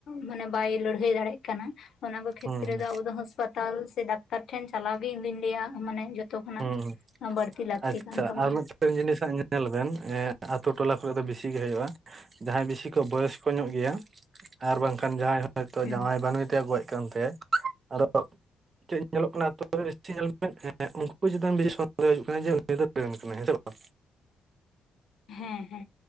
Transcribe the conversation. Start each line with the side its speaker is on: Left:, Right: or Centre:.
Left: ᱢᱟᱱᱮ ᱵᱟᱭ ᱞᱟᱹᱲᱦᱟᱹᱭ ᱫᱟᱲᱭᱟᱜ ᱠᱟᱱᱟ᱾ ᱚᱱᱟ ᱠᱚ ᱠᱷᱮᱛᱨᱮ
Right: ᱦᱩᱸ ᱦᱩᱸ
Left: ᱫᱚ ᱟᱵᱚ ᱫᱚ ᱦᱟᱥᱯᱟᱛᱟᱞ ᱥᱮ ᱰᱟᱠᱛᱟᱨ ᱴᱷᱮᱱ ᱪᱟᱞᱟᱣ ᱜᱮ ᱤᱧ ᱫᱩᱧ ᱞᱟᱹᱭᱟ ᱢᱟᱱᱮ ᱡᱚᱛ ᱡᱚᱛᱚ ᱠᱷᱚᱱᱟᱜ
Right: ᱦᱩᱸ
Left: ᱵᱟᱹᱲᱛᱤ ᱞᱟᱹᱠᱛᱤ
Right: ᱟᱪᱪᱷᱟ
Left: ᱠᱟᱱ ᱛᱟᱵᱚᱱᱟ
Right: ᱟᱨ ᱢᱤᱫᱴᱮᱱ ᱡᱤᱱᱤᱥᱟᱜ ᱧᱮᱞ ᱵᱮᱱ ᱟᱛᱳ ᱴᱚᱞᱟ ᱠᱚᱨᱮ ᱫᱚ ᱵᱮᱥᱤᱜ ᱜᱮ ᱦᱩᱭᱩᱜᱼᱟ ᱡᱟᱦᱟᱸᱭ ᱵᱮᱥᱤ ᱠᱚ ᱵᱚᱭᱚᱥᱠᱚ ᱧᱚᱜ ᱜᱮᱭᱟ ᱟᱨ ᱵᱟᱝᱠᱷᱟᱱ ᱡᱟᱦᱟᱸᱭ ᱦᱚᱸ ᱦᱚᱭᱛᱚ
Left: ᱦᱮᱸ
Right: ᱡᱟᱶᱟᱭ ᱵᱟᱹᱱᱩᱭᱮ ᱜᱚᱡ ᱠᱟᱱ ᱛᱟᱭ ᱟᱫᱚ ᱪᱮᱫ ᱧᱮᱞᱚᱜ ᱠᱟᱱᱟ <unintelligible> ᱧᱮᱞ ᱦᱮᱸ <unintelligible> ᱩᱱ ᱪᱮᱛᱟᱱᱚᱱ ᱦᱩᱭᱩᱜ ᱠᱟᱱᱟ ᱠᱟᱱᱟᱭ ᱦᱮᱸ <unintelligible> ᱵᱟᱝ
Left: ᱦᱮᱸ ᱦᱮᱸ